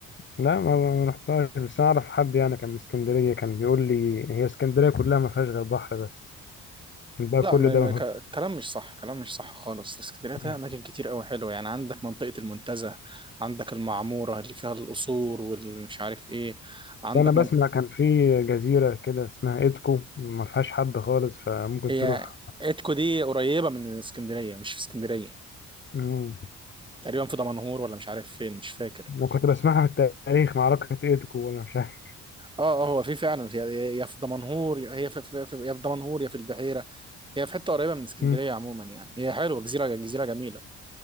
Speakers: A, on the left; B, on the right.
A: لا ما ما رحتهاش بس أنا أعرف حد يعني كان من اسكندرية كان بيقول لي هي اسكندرية كلها ما فيهاش غير بحر بس بقى
B: لا
A: كل
B: ما
A: ده
B: ما-
A: منهوش
B: ك- كلام مش صح كلام مش صح خالص اسكندريه فيها
A: فيه.
B: اماكن كتير قوي حلوه يعني عندك منطقه المنتزه عندك المعموره اللي فيها القصور والمش عارف ايه عندك
A: أنا بسمع
B: من...
A: كان في جزيرة كده اسمها إيدكو ما فيهاش حد خالص فممكن
B: هي
A: تروح
B: اتكو دي قريبه من اسكندريه مش في اسكندريه
A: مم.
B: تقريبا في دمنهور ولا مش عارف فين مش فاكر
A: وكنت بسمعها في التاريخ معركة إيدكو ولا مش عارف
B: اه اه هو في فعلا في يا في دمنهور يا هي في, في, في يا في دمنهور يا في البحيره هي في حته قريبه من اسكندريه
A: مم.
B: عموما يعني هي حلوه جزيره جزيره جميله